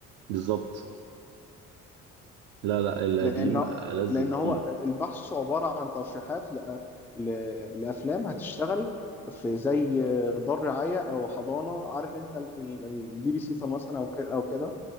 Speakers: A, on the right; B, in the centre.
A: بالظبط لا لا القديم
B: لان
A: ألذ
B: لان
A: بكتير
B: هو البحث عباره عن ترشيحات ل... ل... لافلام هتشتغل في زي دار رعايه او حضانه عارف انت البي بي سي مثلا او كده او كده